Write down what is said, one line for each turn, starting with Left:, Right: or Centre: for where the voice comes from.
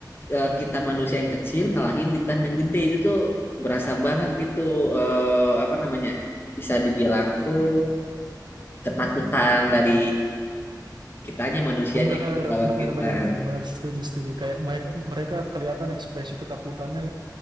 Left: eh, kita manusia yang kecil ngelahin titan yang gede itu tuh berasa banget
Right: Hmm,
Left: gitu eh, apa namanya bisa dibilang tuh ketakutan dari kitanya manusianya
Right: Bener,
Left: gitu melawan
Right: bener,
Left: titan.
Right: bener, bener, bener, setuju, setuju. Kayak mereka, mereka kelihatan ekspresi ketakutannya. ya.